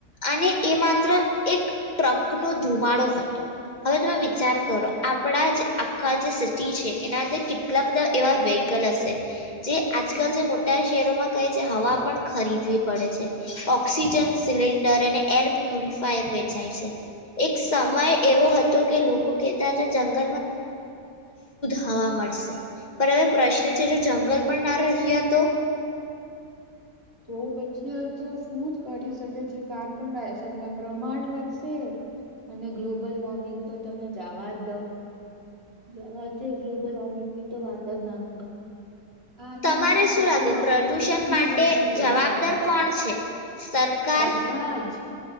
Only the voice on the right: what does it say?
તો પછી આ તો શું જ કરી શકે છે. કાર્બન ડાયોક્સાઇડ ના પ્રમાણ વધશે, અને ગ્લોબલ વોર્મિંગ તો તમે જાવા જ દો, જવા જ દે ગ્લોબલ વોર્મિંગની તો વાત જ ના કરો. આના
લીધે ગ્લોબલ
વોર્મિંગ
કેટલું
વધી રહ્યું
છે.
બધા જ